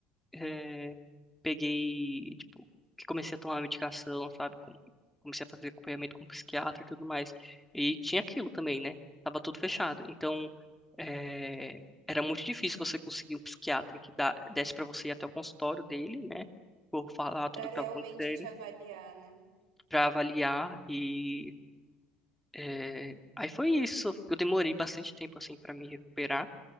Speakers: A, in the centre; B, on the right.
A: eh, peguei, tipo, que comecei a tomar medicação, sabe? Com- Comecei a fazer acompanhamento com psiquiatra e tudo mais. E tinha aquilo também, né? Tava tudo fechado. Então, eh, era muito difícil você conseguir um psiquiatra que dá, desse pra você ir até o consultório dele, né? Por falar tudo
B: Pra
A: o que
B: realmente
A: estava acontecendo,
B: te avaliar, né?
A: pra avaliar e É, aí foi isso. Eu demorei bastante tempo assim para me recuperar.